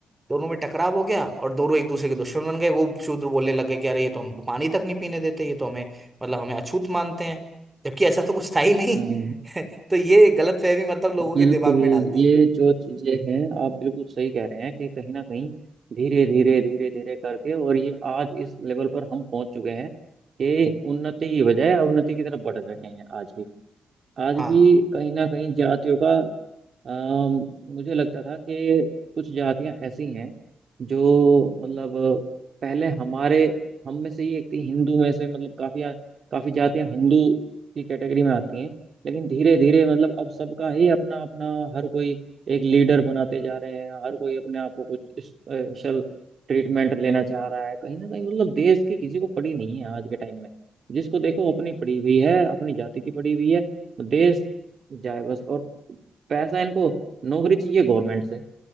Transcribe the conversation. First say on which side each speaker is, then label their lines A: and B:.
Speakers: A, on the right; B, on the right.
A: दोनों में टकराव हो गया और दोनों एक दूसरे के दुश्मन बन गए वो शूद्र बोलने लगे कि अरे ये तो हमको पानी तक नहीं पीने देते ये तो हमें मतलब हमें अछूत मानते हैं जबकि ऐसा तो कुछ था ही नहीं
B: हम्म
A: <laughs> तो ये गलतफहमी मतलब लोगों
B: बिल्कुल
A: के दिमाग में डाल दी
B: ये जो चीजें हैं आप बिल्कुल सही कह रहे हैं कि कहीं ना कहीं धीरे धीरे धीरे धीरे करके और ये आज इस लेवल पर हम पहुंच चुके हैं कि उन्नति की बजाय अवनति की तरफ बढ़ रहे हैं आज भी आज
A: हाँ
B: भी कहीं ना कहीं जातियों का अम, मुझे लगता था कि कुछ जातियां ऐसी हैं जो मतलब पहले हमारे हम में से ही एक थी हिंदू में से मतलब काफी काफी जातियां हिंदू की कैटेगरी में आती हैं लेकिन धीरे धीरे मतलब अब सबका ही अपना अपना हर कोई एक लीडर बनाते जा रहे हैं हर कोई अपने आप को कुछ स्पेशल ट्रीटमेंट लेना चाह रहा है कहीं ना कहीं मतलब देश की किसी को पड़ी नहीं है आज के टाइम में जिसको देखो अपनी पड़ी हुई है अपनी जाति की पड़ी हुई है देश जाए बस और पैसा इनको नौकरी चाहिए गवर्नमेंट से